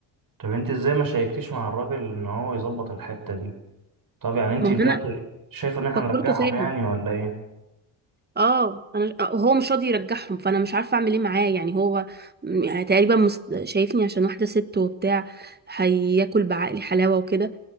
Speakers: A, on the right; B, on the right.
A: طب انت ازاي ما شاركتيش مع الراجل ان هو يظبط الحتة دي طب يعني انت
B: ما
A: دلوقتي
B: هو انا
A: شايف ان احنا
B: فكرته
A: نرجعهم
B: فيا
A: يعني ولا ايه
B: اه انا آه، هو مش راضي يرجعهم فانا مش عارفه اعمل ايه معاه يعني هو م- يعني تقريبا مس- شايفني عشان واحده ست وبتاع هياكل بعقلي حلاوه وكده